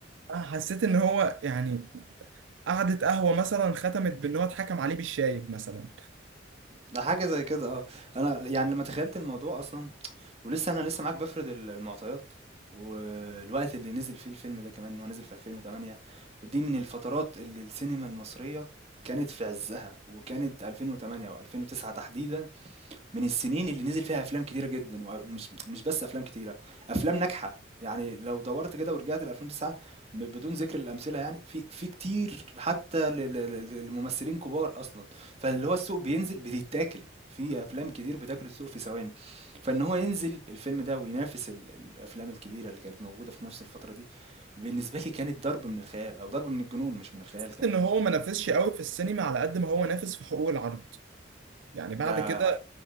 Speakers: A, on the right; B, on the right.
A: آه، حسيت ان هو يعني قعدة قهوة مثلا ختمت بان هو اتحكم عليه بالشايب مثلا
B: ده حاجة زي كده آه، أنا يعني لمّا تخيّلت الموضوع أصلًا ولسه أنا لسه معاك بافرد ال المعطيات، والوقت اللي نزل فيه الفيلم ده كمان، هو نزل في 2008 ودي من الفترات اللي السينما المصرية كانت في عزّها، وكانت 2008 و2009 تحديدًا من السنين اللي نزل فيها افلام كتيره جدا ومش مش بس افلام كتيره افلام ناجحه يعني لو دورت كده ورجعت ل 2009 م- بدون ذكر الامثله يعني في في كتير حتى ل- ل- ل- لممثلين كبار اصلا فاللي هو السوق بينزل بيتاكل في افلام كتير بتاكل السوق في ثواني فان هو ينزل الفيلم ده وينافس ال- الافلام الكبيره اللي كانت موجوده في نفس الفتره دي بالنسبه لي كانت ضرب من الخيال او ضرب من الجنون مش من الخيال
A: حسيت
B: كمان
A: ان هو ما نافسش قوي في السينما على قد ما هو نافس في حقوق العرض يعني بعد
B: ده
A: كده